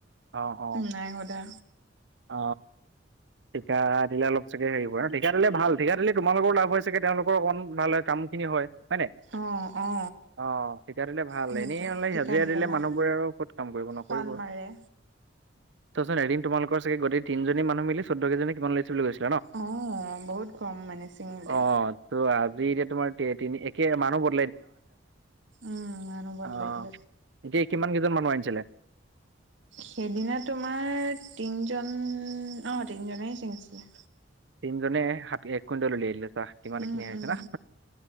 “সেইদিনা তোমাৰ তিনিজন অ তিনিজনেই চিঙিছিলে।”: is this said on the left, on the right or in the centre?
Right